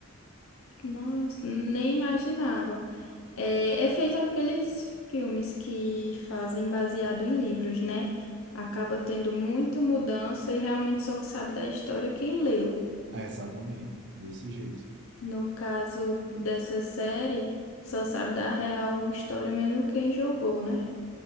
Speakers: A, on the left; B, on the right.
A: Nossa, nem imaginava. É, é feito aqueles filmes que fazem baseado em livros, né? Acaba tendo muita mudança e realmente só sabe da história quem leu.
B: É, exatamente, desse jeito,
A: No caso dessa série, só sabe da real história mesmo quem jogou, né?